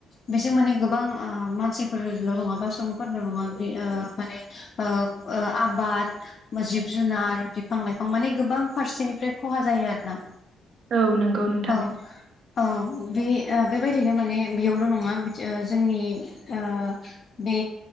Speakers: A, on the left; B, on the right.
A: बेजों माने गोबां ओ मानसिफोरल' नंङा बा सुबुंफोरल' नंङा बे ओ माने ओ ओ आबाद जिब जुनार बिफां लाइफां माने गोबां फारसेनिफ्राय खहा जायो आरो ना।
B: औ नंगौ नों
A: औ औ बे ओ बेबायदिनो माने बेयावल' नंङा बिथि ओ जोंनि ओ बे